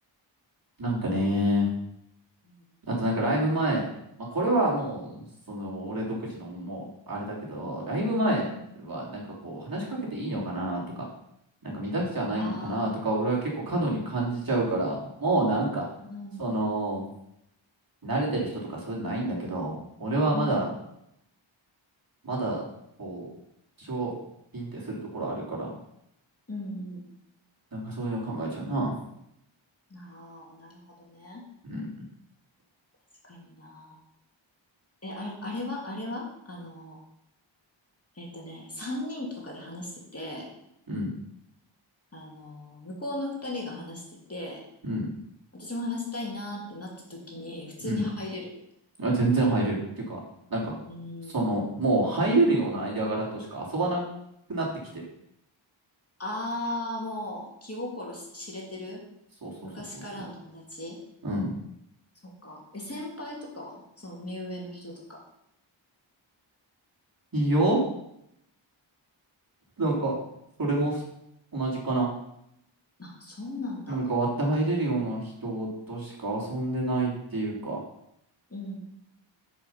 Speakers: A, on the right; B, on the left.
A: なんかね
B: う。う
A: あとなんかライブ前、まあ、これはもう、その、俺独自のもう、あれだけど、ライブ前はなんかこう、
B: ん。
A: 話しかけていいのかなとか、なんか乱しちゃないのかなとか、
B: あ
A: 俺は結構過度に感じちゃうから、もうなんか、
B: あー、うん、
A: その、慣れてる人とかそういうのないんだけど、俺はまだ、
B: うん、
A: まだ、こう、多少、ピンってするところあるから、
B: うん、う
A: なんかそういうの考えちゃうな。
B: ん。ああ、なるほどね。
A: うん、
B: 確かにな。え、あ、あれは、あれは、あの、えっとね、3人とかで話してて、
A: うん、
B: あの、向こうの2人が話してて、
A: うん、
B: 私も話したいなーってなった時に普通に入れる。
A: うん。あ、全然入れる。っていうか、なんか、
B: うーん。
A: その、もう入れるような間柄としか遊ばなくなってきてる。
B: ああ、もう気心し知れてる
A: そうそうそうそうそ
B: 昔からの友達
A: う。うん。
B: そうか。え、先輩とかはその目上の人とか。
A: いいよ。なんか、それもす同じかな。
B: あ、そうなんだ。
A: なんか割って入れるような人としか遊んでないっていうか。
B: うん。